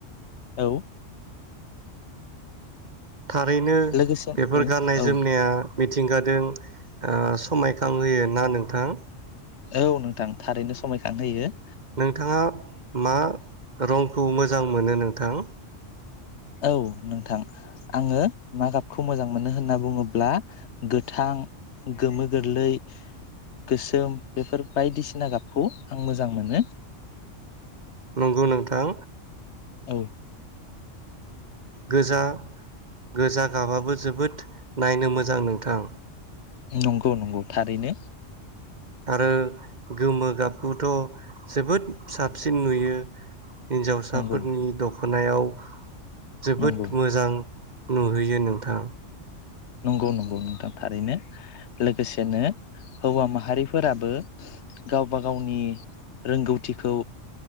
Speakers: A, on the left; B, on the right.
A: औ
B: थारैनो
A: लोगोसे
B: बेफोर
A: औ
B: गाननाय
A: औ
B: जोमनाया मिथिंगादों समायखांहोयो ना नोंथां
A: औ नोंथां थारैनो समायखां होयो
B: नोंथाङा मा रंखौ मोजां मोनो नोंथ बथां
A: औ नोंथां आङो मा गाबखौ मोजां मोनो होनना बुङोब्ला गोथां गोमो गोरलै गोसोम बेफोर बायदिसिना गाबखौ आं मोजां मोनो
B: नोंगौ नोंथां
A: औ
B: गोजा गोजा गाबाबो जोबोद नायनो मोजां नोंथां
A: नंगौ-नंगौ थारैनो
B: आरो गोमो गाबखौथ' जोबोद साबसिन नुयो हिनजावसाफोरनि
A: नंगौ
B: दख खनायाव जोबोद
A: नंगौ
B: मोजां नुहैयो नोंथां
A: नंगौ-नंगौ नोंथां थारैनो लोगोसेनो हौवा माहारिफोराबो गावबा गावनि रोंगौथिखौ